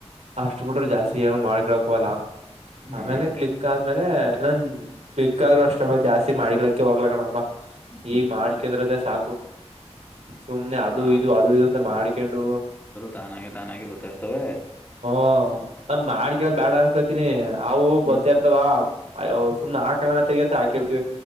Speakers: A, on the right; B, on the left.
A: ಅಷ್ಟು ಬಿಟ್ರೆ ಜಾಸ್ತಿ ಏನೋ ಮಾಡ್ಕಳ್ಕಲ್ಲ
B: ಹ್ಮ್
A: ಆಮೇಲೆ ಕ್ಲಿಕ್ ಆಮೇಲೆ ನನ್ ಕ್ಲಿಕ್ರು ಅಷ್ಟ ಜಾಸ್ತಿ ಮಾ ಡಿಲಕ್ಕೆ ಹೋಗ್ಲಕಣಬ್
B: ಹ್ಮ್
A: ಈ
B: ಹ್ಮ್
A: ಮಾಡ್ಕಂದ್ರ ಅದ ಸಾಕ <unintelligible> ಸುಮ್ನೆ ಅದು
B: ಆ
A: ಇದು ಅದು ಇದು ಅಂತ ಮಾಡ್ಕೊಂಡು
B: ತಾನಾಗಿಿ ತಾನಾಗಿಿ ಬತರ್ತವೆ
A: ಹಾ ನಮ ಮಾಡ್ ಕೇಳ ಬೇಡ ಅನ್ಕತನಿ ಅವು
B: ಹ್ಮ್
A: ಬೊತ್ತಾರ್ತಾವಾ ಐಯೋ ಸುಮ್ ಆ ಕಣ ತಗಂತ ಹಾಕಿರ್ತಿೀವಿ